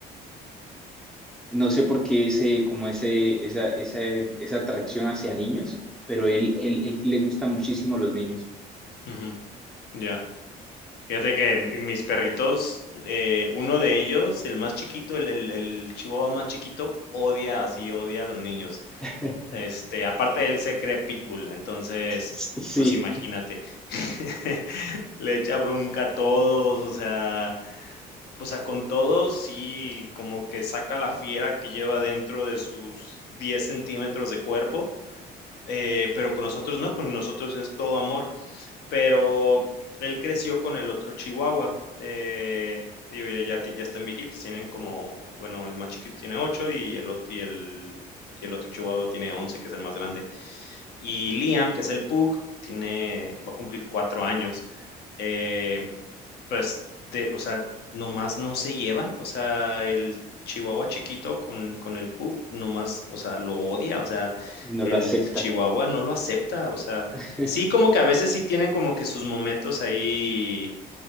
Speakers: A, in the centre; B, on the left.
A: No sé por qué ese, como ese, esa, esa, esa atracción hacia niños, pero él, él, él le gusta muchísimo a los niños.
B: ujú, Ya. Fíjate que en- mis perritos, eh, uno de ellos, el más chiquito, el, el, el chihuahua más chiquito, odia, así odia a los niños.
A: <laughs>
B: Este, aparte él se cree pitbull, entonces,
A: Sí,
B: pues imagínate. <laughs> Le echa bronca a todos, o sea, O sea, con todo, sí, como que saca la fiera que lleva dentro de sus 10 centímetros de cuerpo, eh, pero con nosotros no, con nosotros es todo amor. Pero él creció con el otro chihuahua. eh, digo, ya, ya, ti- ya están viejitos, tienen como, bueno, el más chiquito tiene 8 y el, ot- y el, y el otro chihuahua tiene 11, que es el más grande. Y Liam, que es el pug, tiene, va a cumplir 4 años. Eh, pues, de o sea, nomás no se llevan, o sea, el chihuahua chiquito con con el pug nomás, o sea, lo odia, o sea,
A: no
B: el
A: lo acepta.
B: chihuahua no lo acepta, o sea,
A: <laughs>
B: sí, como que a veces sí tienen como que sus momentos ahí